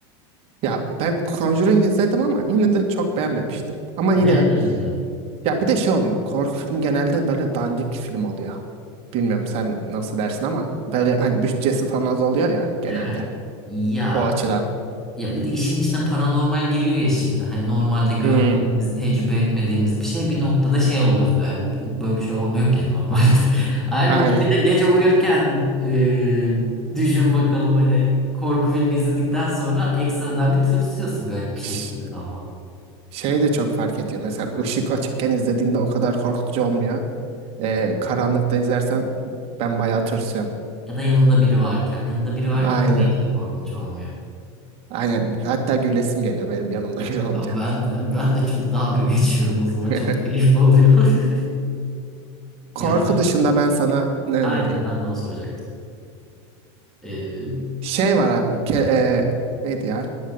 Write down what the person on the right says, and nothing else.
Ya ben Conjuring izledim ama yine de çok beğenmemiştim. Ama
yine
ya bir de şey oluyor. Korku filmi genelde böyle dandik film oluyor. Bilmiyorum sen nasıl dersin ama böyle hani bütçesi falan az oluyor ya genelde.
O açıdan.
Hmm,
aynen.
Ş-
Şey de çok fark ediyor. Mesela ışık açıkken izlediğinde o kadar korkutucu olmuyor. Ee, karanlıkta izlersen ben bayağı tırsıyorum.
Aynen.
Aynen. Hatta gülesim geliyor benim yanımda biri olunca.
<laughs>
Korku
dışında ben sana ne
önereyim?
Şey var abi. Ke e, neydi ya?